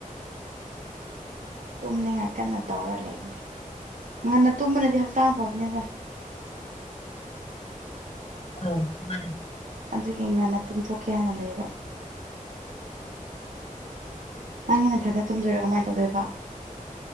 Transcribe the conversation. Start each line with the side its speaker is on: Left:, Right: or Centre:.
Right: ꯇꯨꯝꯅꯤꯡꯉꯥꯏ ꯀꯟꯅ ꯇꯧꯔ ꯂꯩꯕꯅꯤ ꯉꯟꯅ ꯇꯨꯝꯕꯅꯗꯤ ꯍꯛꯆꯥꯡ ꯐꯕꯅꯤꯗ
Left: ꯑꯧ ꯃꯥ <unintelligible>
Right: ꯑꯗꯨꯒꯤ ꯉꯟꯅ ꯇꯨꯝꯊꯣꯛꯀꯦ ꯍꯥꯏꯅ ꯂꯩꯌꯦꯕ ꯅꯪꯒꯤ ꯅꯊꯜꯗ ꯇꯨꯝꯗꯣꯏꯔꯥ ꯀꯃꯥꯏ ꯇꯧꯗꯣꯏꯕ